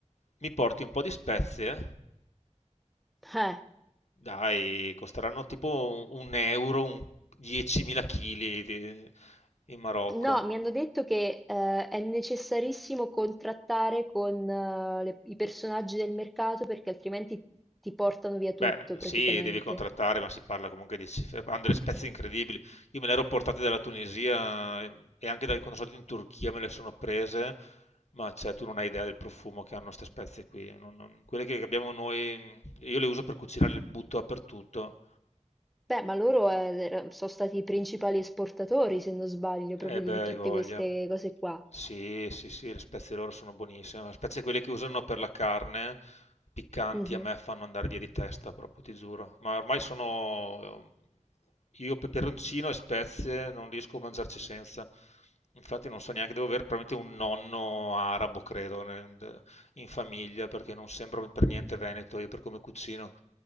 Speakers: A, on the left (about 60°); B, in the centre.
A: Mi porti un po' di spezie?
B: Eh.
A: Dai, costeranno tipo un un euro, un 10.000 kg di- in Marocco.
B: No, mi hanno detto che eh, è necessarissimo contrattare con eh, le- i personaggi del mercato perché altrimenti ti portano via tutto
A: Beh, sì,
B: praticamente.
A: devi contrattare, ma si parla comunque di cifre. Hanno delle spezie incredibili. Io me le ero portate dalla Tunisia eh, e anche dal, quando sono andato in Turchia me le sono prese, ma cioè, tu non hai idea del profumo che hanno queste spezie qui. Non- non- quelle che abbiamo noi, io le uso per cucinare, le butto dappertutto.
B: Beh, ma loro eh, era- sono stati i principali esportatori, se non sbaglio, proprio
A: Eh beh,
B: di
A: hai
B: tutte
A: voglia.
B: queste cose qua.
A: Sì, sì, sì, le spezie loro sono buonissime. Le spezie quelle che usano per la carne, piccanti,
B: Mhm.
A: a me fanno andare via di testa, proprio, ti giuro. Ma ormai sono... eh, Io peperoncino e spezie non riesco a mangiarci senza. Infatti non so neanche, devo avere probabilmente un nonno arabo, credo, nel- in famiglia, perché non sembro per niente veneto io per come cucino.